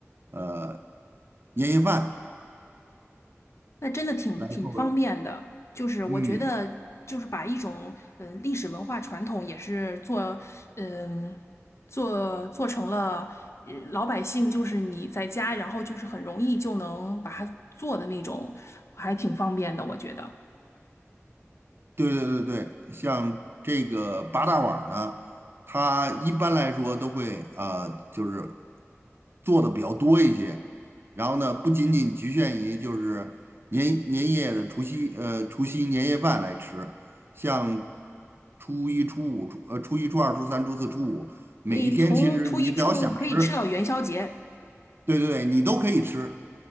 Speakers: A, on the right; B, on the left.
A: 呃年夜饭
B: 那真的挺挺方便的，
A: 来作为，
B: 就是我觉得就是把一种呃历史文化传统也是做嗯、
A: 嗯，
B: 做做成了呃老百姓就是你在家，然后就是很容易就能把它做的那种，还挺方便的，我觉得。
A: 对对对对，像这个八大碗儿呢，它一般来说都会呃，就是做的比较多一些。然后呢，不仅仅局限于就是年年夜的除夕呃除夕年夜饭来吃，像初一、初五、初呃初一、初二、初三、初四、初五，每一天其实你只要想吃，
B: 诶，从初一初五可以吃到元宵节，
A: 对对对，你都可以吃，